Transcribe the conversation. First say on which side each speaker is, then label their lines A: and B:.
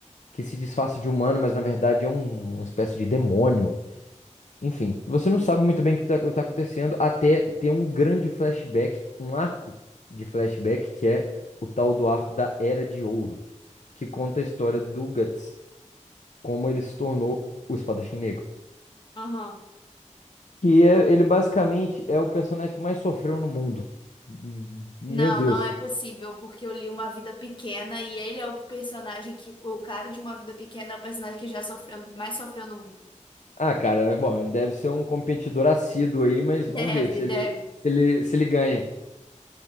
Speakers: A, on the left (about 75°); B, on the left (about 40°).
A: que se disfarça de humano, mas na verdade é um- uma espécie de demônio. Enfim, você não sabe muito bem o que tá, o que tá acontecendo até ter um grande flashback, um arco de flashback que é o tal do arco da Era de Ouro, que conta a história do Guts como ele se tornou o Espadachim Negro.
B: Aham.
A: Que é, ele basicamente é o personagem que mais sofreu no mundo. Hum, Meu
B: Não,
A: Deus.
B: não é possível, porque eu li Uma Vida Pequena e ele é o personagem que. O cara de Uma Vida Pequena é o personagem que já sofreu, mais sofreu no mundo. <laughs>
A: Ah, cara, bom, ele deve ser um competidor assíduo aí, mas
B: Deve,
A: vamos ver se ele,
B: deve.
A: se ele, se ele ganha.